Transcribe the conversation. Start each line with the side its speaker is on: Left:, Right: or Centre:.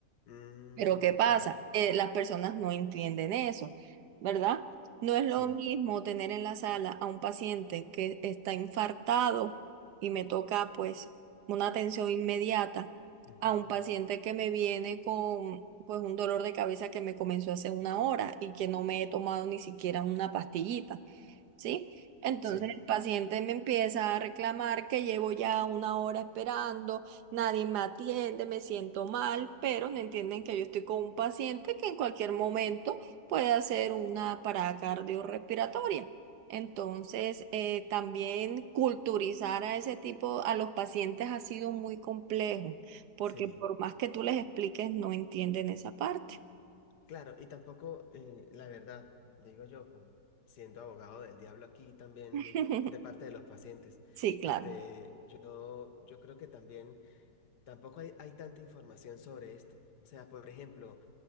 Left: Mm,
Right: Pero ¿qué
Left: ok,
Right: pasa? Eh, las personas no entienden eso, ¿verdad? No es lo
Left: sí,
Right: mismo tener en la sala a un paciente que está infartado y me toca pues una atención inmediata
Left: ujú,
Right: a un paciente que me viene con pues un dolor de cabeza que me comenzó hace una hora y que no me he tomado ni siquiera una pastillita. ¿sí? Entonces
Left: sí,
Right: el paciente me empieza a reclamar que llevo ya una hora esperando, nadie me atiende, me siento mal, pero no entienden que yo estoy con un paciente que en cualquier momento puede hacer una parada cardiorrespiratoria. Entonces, eh, también culturizar a ese tipo, a los pacientes ha sido muy complejo, porque
Left: sí.
Right: por más que tú les expliques, no entienden esa parte.
Left: Claro, y tampoco, eh, la verdad, digo yo, como siendo abogado del diablo aquí también
Right: <laughs>
Left: de parte de los pacientes,
Right: Sí, claro.
Left: este, yo, yo creo que también tampoco hay, hay tanta información sobre esto. O sea, por ejemplo,